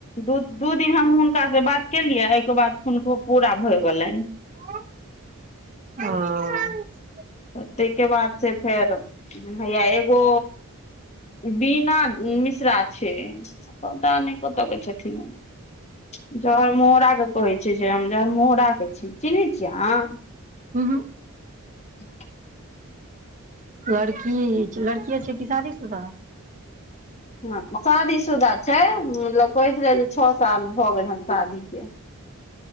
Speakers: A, on the left (about 30°); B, on the right (about 35°).
A: दू दू दिन हम हुनकासँ बात केलियै, एहिके बाद हुनको पूरा भऽ गेलनि।
B: ओ।
A: आ तै के बाद से फेर हैया एगो बीणा मिश्रा छै, पता नै कतऽ के छथिन ओ जरमुहड़ाक के कहै छै जे हम जड़मुहड़ा के छी, चिन्है छियै अहाँ?
B: उंहुं।
A: <inaudible>
B: लड़की लड़की छियै कि शादीसुदा।
A: हँ शादीसुुदा छै, मतलब कहैत रहे जे छओ साल भऽ गेल हें शादी के।